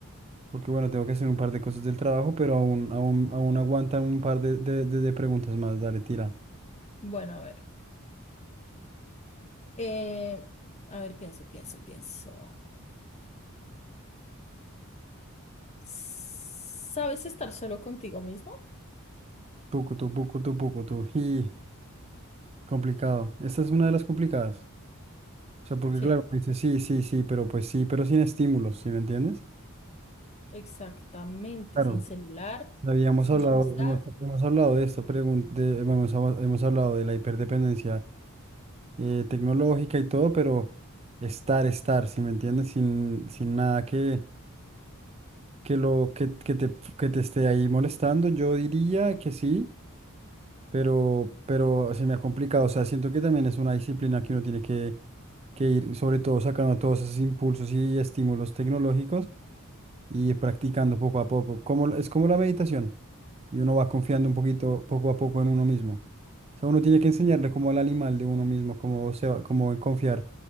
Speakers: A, on the right; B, on the left.
A: porque bueno, tengo que hacer un par de cosas del trabajo, pero aún, aún, aún aguantan un par de, de, de- de preguntas más. Dale, tira.
B: Bueno, a ver. Eh, a ver, pienso, pienso, pienso. ¿Sabes estar solo contigo mismo?
A: Tucu, tu, pucu, tu, pucu, tu. Y complicado. Esta es una de las complicadas. O sea, porque
B: Sí,
A: claro, me dice, sí, sí, sí, pero pues sí, pero sin estímulos, ¿sí me entiendes?
B: exactamente,
A: Claro,
B: sin celular,
A: habíamos
B: sin
A: hablado,
B: amistad.
A: hemos, hemos hablado de esta pregunta hemos, hab- hemos hablado de la hiperdependencia eh, tecnológica y todo, pero estar, estar, ¿sí me entiendes? Sin, sin nada que, que, lo, que, que, te, que te esté ahí molestando, yo diría que sí, pero, pero se me ha complicado, o sea, siento que también es una disciplina que uno tiene que, que ir, sobre todo sacando todos esos impulsos y estímulos tecnológicos y ir practicando poco a poco. Como, la- es como la meditación. Y uno va confiando un poquito, poco a poco en uno mismo. O sea, uno tiene que enseñarle como al animal de uno mismo, cómo se va, cómo en confiar